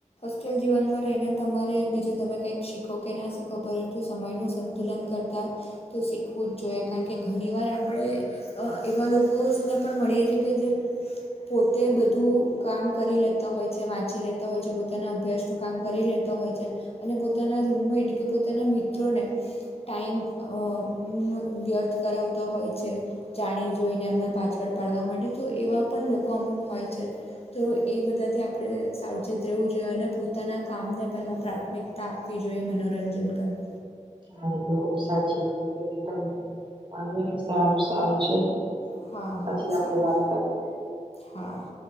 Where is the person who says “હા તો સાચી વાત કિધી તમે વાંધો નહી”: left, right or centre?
Right